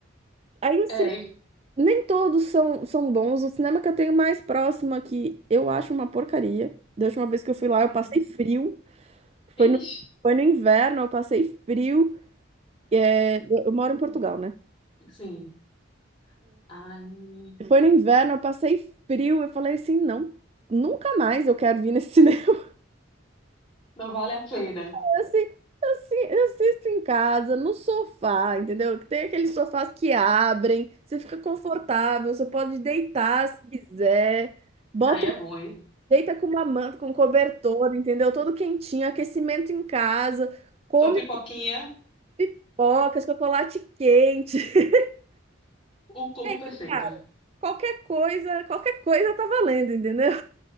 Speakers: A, on the right; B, on the left.
A: Aí o
B: É.
A: cine- nem todos são, são bons. O cinema que eu tenho mais próximo aqui, eu acho uma porcaria. Da última vez que eu fui lá, eu
B: Uhum.
A: passei frio. Foi
B: Ixi.
A: no, foi no inverno, eu passei frio. É, eu eu moro em Portugal, né?
B: Sim. Ai,
A: Foi no inverno, eu passei frio. Eu falei assim, não, nunca mais eu quero vir nesse <laughs> cinema.
B: não vale a pena.
A: Eu, assi- eu assi- eu assisto em casa, no sofá, entendeu? Tem aqueles sofás que abrem, você fica confortável, você pode deitar se quiser. Bota,
B: Aí é bom, hein?
A: deita com uma manta, com um cobertor, entendeu? Todo quentinho, aquecimento em casa, come
B: Sua pipoquinha,
A: pipoca, chocolate quente.
B: o cubo
A: <laughs>
B: perfeito.
A: Qualquer coisa, qualquer coisa tá valendo, entendeu?